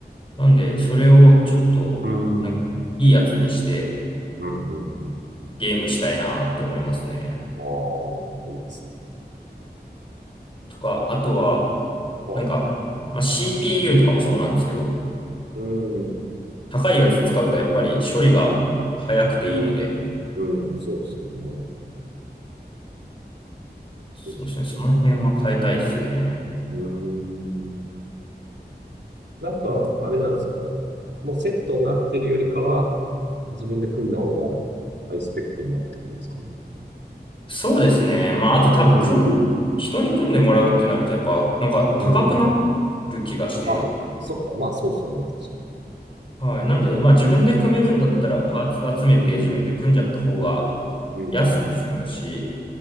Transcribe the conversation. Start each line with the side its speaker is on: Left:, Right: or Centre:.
Left: なんで、それをちょっと、
Right: うん、
Left: なんかいいやつにして
Right: うん、うん、うん。
Left: ゲームしたいなって思いますね。
Right: ああ、いいです
Left: とか、あとは、
Right: ね。
Left: なんか、
Right: はい。
Left: まあ、CPU とかもそうなんですけど、
Right: うん。
Left: 高いやつ使うとやっぱり処理が早くていいので、
Right: うん、そうですよね。
Left: そうですね、
Right: 万。
Left: その辺は変えたいですね。
Right: うーん。なんか、
Left: なんか、
Right: あれなんですかもうセットになってるよりかは、自分で組んだ方がハイスペックになってくるんですかね。
Left: そうですね。まあ、あと多分、
Right: うん。
Left: 組ん、人に組んでもらうってなると、やっぱ、なんか高くな
Right: うん。
Left: る気がして、
Right: あ、そっか。まあ、そうっすよね。確かに。
Left: はい。なんで、まあ、自分で組めるんだったら、
Right: 最後の
Left: パーツ集めて自分で組んじゃった方が
Right: ううん。うん、
Left: 安く済むし、
Right: うん、うん。